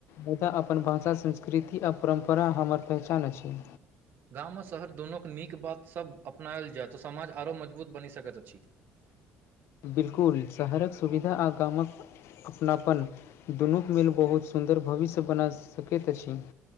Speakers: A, on the left; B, on the right.
A: तऽ अपन भाषा संस्कृति आ परम्परा हमर पहचान अछि
B: गाम आ शहर दुनूक नीक बात सभ अपनायल जाय तऽ समाज आरो मजबूत बनि सकैत अछि
A: <inaudible> बिल्कुल शहरक सुविधा आ गामक अपनापन दुनू मिल बहुत सुन्दर भविष्य बना सकैत अछि